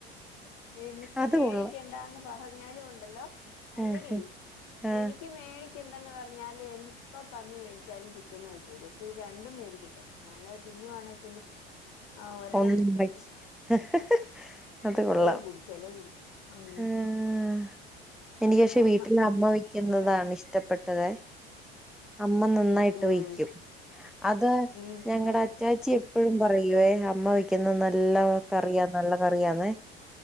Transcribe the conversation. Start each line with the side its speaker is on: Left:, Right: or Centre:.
Left: എനിക്ക്
Centre: അത്
Left: മേടിക്കണ്ടാന്ന്
Centre: കൊള്ളാം
Left: പറഞ്ഞാലും ഒണ്ട് ല്ലോ അല്ലടി
Centre: ഉം ഉം ആ
Left: എനിക്ക് മേ മേടിക്കണ്ടന്ന് പറഞ്ഞാലും എപ്പ പന്നി മേടിച്ചാലും ചിക്കനും ആയിട്ട് വരും അപ്പൊ ഇത് രണ്ടും മേടിക്കണ്ടേ ഞാനത് തിന്നുവാണേ പിന്നെ ആ ഒരെണ്ണം
Centre: ഒന്നും
Left: മേടിച്ചാ മതി
Centre: <unintelligible> അത് കൊള്ളാം
Left: ചെലവ് കൂടി ചെലവ് കൂടി ഉം
Centre: ആഹ് എനിക്ക്
Left: അത്
Centre: പക്ഷെ
Left: കാരണം
Centre: വീട്ടിൽ
Left: ഇങ്ങനെ
Centre: അമ്മ വെക്കുന്നതാണ്
Left: കൂട്ടണം
Centre: ഇഷ്ടപ്പെട്ടതെ അമ്മ നന്നായിട്ട്
Left: ഉം
Centre: വയ്ക്കും അത്
Left: ഉം
Centre: ഞങ്ങടെ
Left: ഉം
Centre: അച്ചാച്ചിയെപ് എപ്പഴും പറയുവേ അമ്മ വെക്ക് ഇന്ന് നല്ല കറിയാ നല്ല കറിയാന്നെ